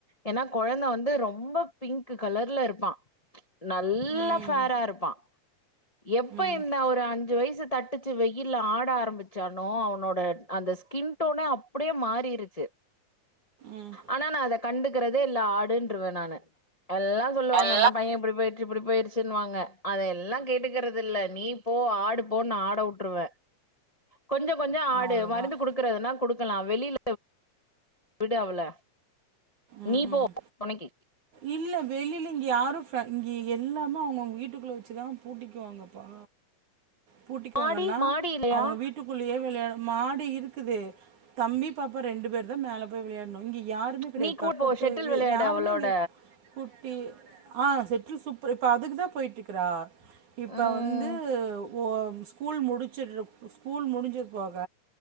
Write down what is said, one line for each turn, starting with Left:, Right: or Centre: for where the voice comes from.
Left: ஏனா கொழந்த வந்து ரொம்ப பிங்க்கு கலர்ல இருப்பா நல்லா
Right: ம்
Left: ஃபேரா இருப்பா எப்ப
Right: ம்
Left: இந்த ஒரு அஞ் அஞ்சு வயசு தட்டுச்சு வெயில ஆட ஆரம்பிச்சானோ அவனோட அந்த ஸ்கின் டோனே அப் ப்புடியே மாறிருச்சு
Right: ம்
Left: ஆனா நா அத கண்டுக்கறதே இல்ல ஆடுன்றுவே நானு எல்லா சொல்லுவாங்க
Right: எல்லாம்
Left: என்ன பைய இப்புடி போயிட் இப்பிடி போயிருச்சுன்வாங்க அத எல்லா கேட்டுக்கறது இல்ல நீ போ ஆடு போ நா ஆட உட்ருவ கொஞ்ச கொஞ்ச ஆடு
Right: அவ்வளோதான்
Left: மருந்து குடுக்கறதுனா குடு க்கலா வெளில விடு அவள
Right: ம்
Left: நீ போ
Right: ம்
Left: தொணைக்கி
Right: இல்ல வெளில இங்க யாரு ஃப் இங்க எல்லாமே அவங்கவுங்க வீட்டுக்குள்ள வெச்சுதா பூட்டிக்குவாங்கப்பா பூட்டிக்குவாங்கனா
Left: மாடி மாடி இல்லையா
Right: அவங்க வீட்டுக்குள்ள யே வெளையாடு மாடி இருக்குது தம்பி பாப்பா ரெண்டு பேர்தா மேல போய் விளையாடணு இங்க யாருமே கெடையாது
Left: நீ கூட
Right: பக்கத்து
Left: போ ஷெட்டில்
Right: இ
Left: வெளையாடு
Right: யாருமே
Left: அவளோட
Right: இங்க கூட் இ ஆ ஷெட்டில் சூப்பர் இப்ப அதுக்குதா போயிட்ருக்குறா இப்ப
Left: ம்
Right: வந்து ஓ ஸ்கூல் முடிச்சுரு ஸ்கூல் முடிஞ்சது போக